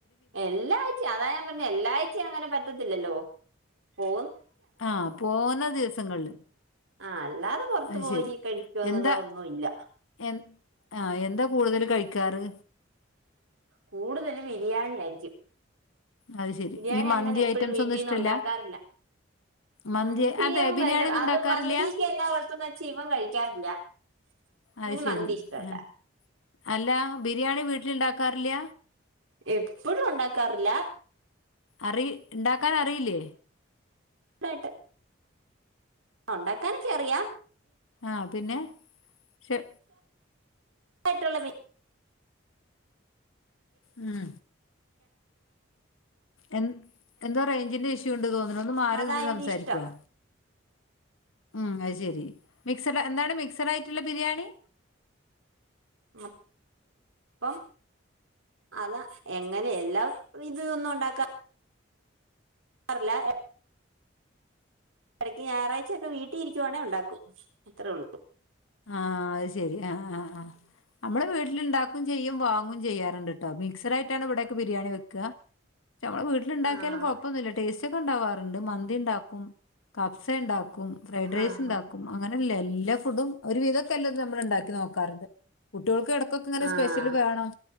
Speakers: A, on the right; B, on the left.
A: എല്ലാഴ്ച്ചിം അതാ ഞാൻ പറഞ്ഞു എല്ലാ ആഴ്ച്ചിം അങ്ങനെ പറ്റത്തില്ലല്ലോ പോ
B: ആഹ് പോന്ന ദിവസങ്ങളില്.
A: ആഹ് അല്ലാതെ പുറത്തു
B: അത്
A: പോയി
B: ശരി
A: കഴിക്കുന്നുക
B: എന്താ
A: ഒന്നുമില്ല
B: എൻ ആ എന്താ. കൂടുതല് കഴിക്കാറ്?
A: കൂടുതല് ബിരിയാണി ആയിരിക്കും.
B: അത് ശരി
A: ബിരിയാണി
B: ഈ മന്തി
A: അങ്ങനെ എപ്പോഴും
B: ഐറ്റംസ്
A: വീട്ടിൽന്ന്
B: ഒന്നും ഇഷ്ടല്ല
A: ഉണ്ടാക്കാറില്ല.
B: മന്തി
A: മന്തിയും
B: അതെ ബിരിയാണി
A: വല്ല
B: ഒന്നും
A: അത്
B: ഉണ്ടാക്കാറില്ല
A: മന്തിക്ക് എല്ലാ കൊഴപ്പന്ന് വെച്ചാ ഇവൻ കഴിക്കാറില്ല ഇവന്
B: അത് ശരി
A: മന്തി ഇഷ്ടല്ല
B: ആ അല്ല ബിരിയാണി വീട്ടിലിണ്ടാക്കാറില്ല
A: എപ്പോഴും ഉണ്ടാക്കാറില്ല
B: അറി ഉണ്ടാക്കനറിയില്ലേ
A: തായിട്ട് ഉണ്ടാക്കാനൊക്കെ അറിയാം
B: ആഹ പിന്നെ പക്ഷെ
A: <inaudible> യിട്ടുള്ള
B: ഉം എ എന്തോ റേഞ്ചിന്റെ ഇഷ്യുണ്ട് തോന്നുണ്ടു ഒന്ന് മാറിന്ന്
A: അതാ ഇവിടെ
B: സംസാരിക്കുവോ
A: ഇഷ്ടം
B: ഉം അത് ശരി മിക്സഡ എന്താണ് മിക്സഡായിട്ടുള്ള ബിരിയാണി
A: ആ അപ്പം അതാ എങ്ങനെ എല്ലാ ഇതൊന്നും ഉണ്ടാക്കാ ക്കറില്ല ഇടക്ക് ഞായറാഴ്ചൊക്കെ വീട്ടിൽ ഇരിക്കുവാണേ ഉണ്ടാക്കും അത്രേ ഉള്ളൂ
B: ആഹ അത് ശെരി ആ ആ് നമ്മള് വീട് വീട്ടില്ണ്ടാക്കും ചെയ്യും വാങ്ങും ചെയ്യാറുണ്ട് ട്ടോ മിക്സഡായിട്ടാണ് ഇവിടൊക്കെ ബിരിയാണി വെക്കുക നമ്മുടെ വീട്ടിലുണ്ടാക്ക്‌യാലും
A: ആഹ്
B: കുഴപ്പൊന്നുമില്ല ടേസ്റ്റ് ഒക്കെ ഉണ്ടാവാറുണ്ട് മന്തി ഉണ്ടാക്കും കഫ്സ ണ്ടാക്കും കും ഫ്രൈഡ് റൈസ്
A: ആഹ്
B: ഉണ്ടാക്കും അങ്ങനെയല്ലേ എല്ലാ ഫുഡും ഒരു വിധതൊക്കെ എല്ലതും നമ്മളിണ്ടാക്കി നോക്കാറുണ്ട് കുട്ടികൾക്ക് എടക്കൊക്കെങ്ങനെ
A: ആഹ്
B: സ്പെഷ്യല് വേണം